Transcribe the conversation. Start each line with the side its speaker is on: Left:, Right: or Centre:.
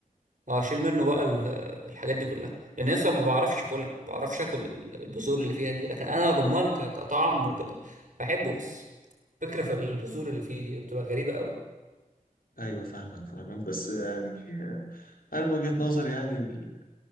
Right: اه شيل منه بقى ال- الحاجات دي كلها لان لسه ما بعرفش اكلها ما بعرفش اكل ال- البذور اللي فيها دي لكن انا الرمان ك- كطعم وكده بحبه بس فكرة في البذور اللي فيه دي بتبقى غريبة قوي
Left: ايوه فاهمك فاهمك بس يعني آه، انا من وجهة نظري يعني ال-